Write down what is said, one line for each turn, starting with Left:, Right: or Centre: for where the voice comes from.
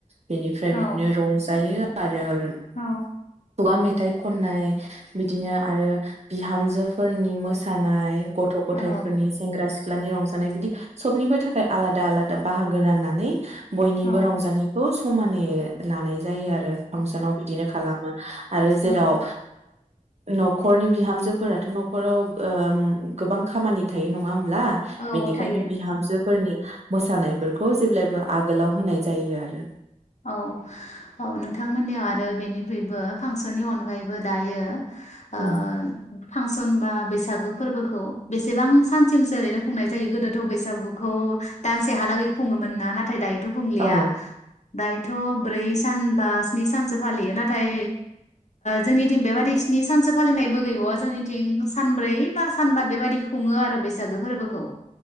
Right: बेनिफ्राय
Left: औ
Right: बिदिनो रंजायो। आरो।
Left: औ
Right: खुगा मेथाइ खननाय बिदिनो आरो बिहामजोफोरनि मोसानाय‌। गथ गथायफोरनि
Left: औ
Right: सेंग्रा सिख्लानि रं बिदि सबनिबो थाखाय आलादा आलादा बाहागो राननानै। बयनिबो
Left: औ
Right: रंजानायखौ। समानै लानाय जायो आरो। फांसनाव बिदिनो खालामो आरो
Left: औ
Right: जेराव। नखरनि बिहामजोफोराथ नखराव ओ गोबां खामानि थायो नङा होम ला
Left: औ
Right: बेनिखायनो
Left: थायो
Right: बिहामजोफोरनि। मोसानायफोरखौ जेब्लायबो आगोलाव होनाय जायो आरो।
Left: औ औ नोंथांमोननियाव आरो बेनिख्रुइबो फांसननि अनगायैबो दायो। आ।
Right: उम
Left: फांसन बा बैसागु फोरबोखौ बेसेबां सानसिमसो ओरैनो खुंनाय जायो गोदोथ बैसागुखौ दानसे हालागै खुङोमोन ना नाथाय दायो। थ खुंलिया।
Right: औ
Left: दायोथ ब्रै सान बा स्नि सानसो फालियो नाथाय जोंनिथिं बेबादि स्नि सानसो फालिनायबो गैबावा जोंनिथिं सानब्रै बा सानबा बेबादि खुङो आरो बैसागो फोरबोखौ।